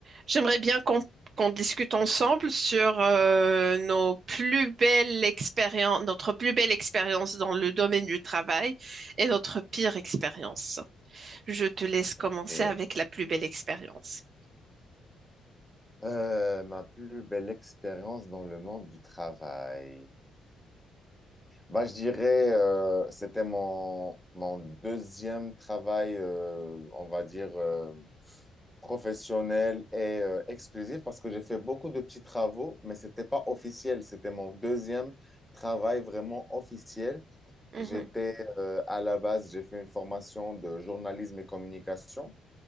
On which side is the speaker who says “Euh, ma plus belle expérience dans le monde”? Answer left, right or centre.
Centre